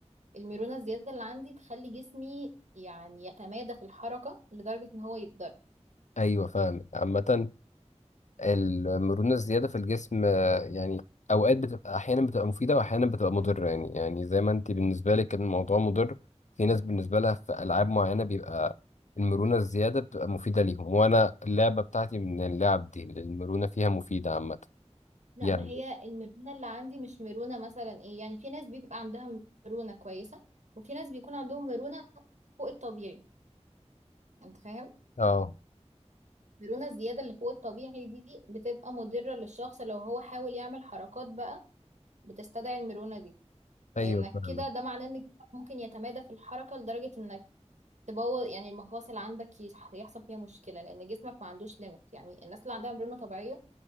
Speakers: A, on the right; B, on the left.
A: الميرونه الزياده اللي عندي تخلي جسمي يعني يتمادى في الحركه لدرجه ان هو يتضر
B: ايوه فاهم عامة المرونة الزيادة في الجسم آه، يعني أوقات بتبقى أحيانا بتبقى مفيدة وأحيانا بتبقى مضرة يعني يعني زي ما أنت بالنسبة لك كان الموضوع مضر في ناس بالنسبة لها في ألعاب معينة بيبقى المرونة الزيادة بتبقى مفيدة ليهم وأنا اللعبة بتاعتي من اللعب دي اللي المرونة فيها مفيدة عامة
A: لا
B: يعني
A: ما هي الميرونه اللي عندي مش ميرونه مثلا ايه يعني في ناس بيبقى عندها ميرونه كويسه وفي ناس بيكون عندهم ميرونه فوق الطبيعي انت فاهم
B: أه
A: الميرونه الزياده اللي فوق الطبيعي دي بتبقى مضره للشخص لو هو حاول يعمل حركات بقى بتستدعي الميرونه دي
B: أيوه
A: لانك
B: فاهمك
A: كده ده معناه ان جسمك ممكن يتمادى في الحركه لدرجه انك تبوظ يعني المفاصل عندك يح- يحصل فيها مشكله لان جسمك ما عندوش ليميت يعني الناس اللي عندها مرونه طبيعيه